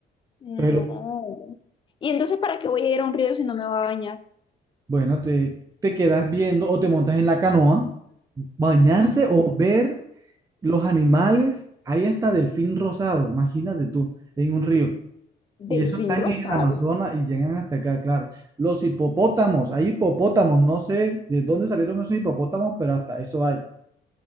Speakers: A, on the left (about 30°); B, on the right (about 20°).
A: No.
B: pero
A: ¿Y entonces para qué voy a ir a un río si no me va a bañar?
B: bueno, te, te quedas viendo o te montas en la canoa, bañarse o ver los animales, ahí hasta delfín rosado, imagínate tú, en un río. Y
A: Delfín
B: eso están
A: rosado,
B: en el Amazonas y llegan hasta acá, claro. Los hipopótamos, hay hipopótamos, no sé de dónde salieron esos hipopótamos, pero hasta eso hay.